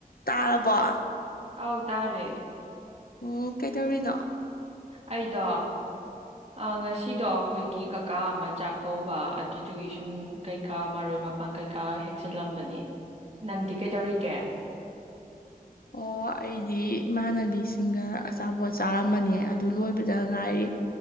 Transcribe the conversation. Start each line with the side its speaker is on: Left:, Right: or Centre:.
Left: ꯇꯥꯔꯕꯣ
Right: ꯑꯧ ꯇꯥꯔꯦ
Left: ꯑꯣ ꯀꯩꯗꯧꯔꯤꯅꯣ
Right: ꯑꯩꯗꯣ ꯑꯥ ꯉꯁꯤꯗꯣ ꯑꯩꯈꯣꯏꯒꯤ ꯀꯀꯥ ꯑꯃ ꯆꯥꯛ ꯀꯧꯕ ꯑꯗꯨꯏꯗꯨꯒꯤ ꯁꯨꯝ ꯀꯩ__ ꯀꯥ ꯃꯔꯣꯏ ꯃꯄꯥꯡ ꯀꯩꯀꯥ ꯍꯦꯛꯆꯜꯂꯝꯕꯅꯤ ꯅꯪꯗꯤ ꯀꯩꯗꯧꯔꯤꯒꯦ
Left: ꯑꯣ ꯑꯩꯗꯤ ꯏꯃꯥꯟꯅꯕꯤꯁꯤꯡꯒ ꯑꯆꯥꯄꯣꯠ ꯆꯥꯔꯝꯕꯅꯦ ꯑꯗꯨ ꯂꯣꯏꯕꯗ ꯉꯥꯏꯔꯤ